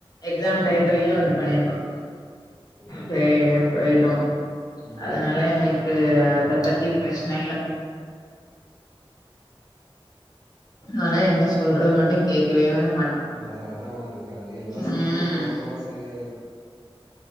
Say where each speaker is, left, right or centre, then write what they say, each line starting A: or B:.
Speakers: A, on the left; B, on the right.
A: எக்ஸாம் டைத்துலயும் வந்து பண்ணிருவான்
B: ம் சேர்
A: டெய்லி போய்டும்
B: ம்
A: அதனால எங்களுக்கு அத பத்தி பிரச்சன இல்ல ஆனா என்ன சொல்றது மட்டும் கேக்கவே மாட்
B: அது அடோ இருக்காது எல்லா சின்னக்புள்ள
A: ம்
B: போக போக சரியாயிரும்